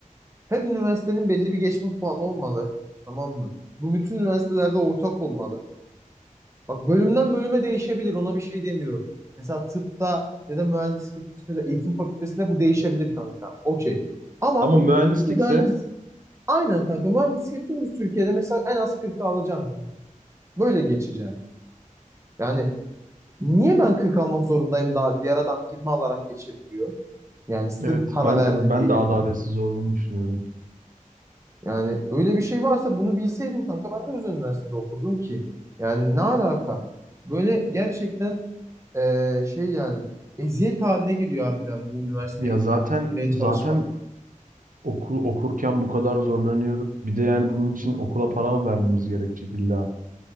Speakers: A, on the right; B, on the right.
A: Her üniversitenin belli bir geçme puanı olmalı. Tamam mı? Bu bütün üniversitelerde ortak olmalı. Bak bölümden bölüme değişebilir. Ona bir şey demiyorum. Mesela tıpta ya da mühendislik fakültesinde ya da eğitim fakültesinde bu değişebilir kanka. Okey. Ama
B: Ama mühendislikse
A: bütün mühendislik aynen kanka. Mühendislik tüm bir Türkiye'de mesela en az 40 alacaksın kanka. Böyle geçeceksin. Yani niye ben 40 almak zorundayım daha diğer adam 20 alarak geçebiliyor? Yani sırf
B: evet
A: para
B: ben
A: verdi
B: de ben
A: diye.
B: de adaletsiz olduğunu düşünüyorum.
A: Yani öyle bir şey varsa bunu bilseydim kanka ben de Özel Üniversitede okurdum ki. Yani ne alaka? Böyle gerçekten eee, şey yani eziyet haline geliyor harbiden bu üniversiteyi
B: Ya zaten
A: bitirmeye
B: zaten
A: çalışmak.
B: okul okurken bu kadar zorlanıyoruz. Bir de yani bunun için okula para mı vermemiz gerekecek illa?